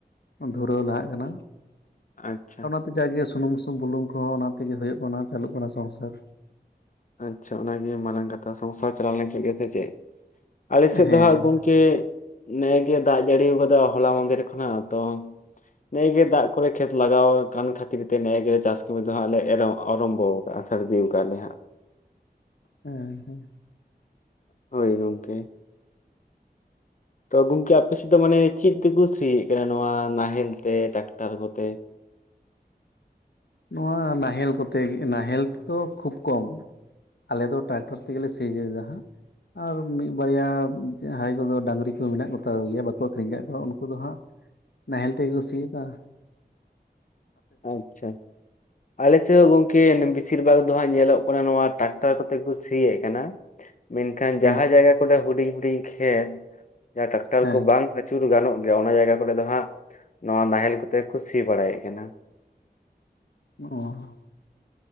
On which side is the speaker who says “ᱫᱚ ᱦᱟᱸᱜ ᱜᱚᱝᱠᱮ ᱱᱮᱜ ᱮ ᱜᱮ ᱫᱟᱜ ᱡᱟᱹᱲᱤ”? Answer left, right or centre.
Left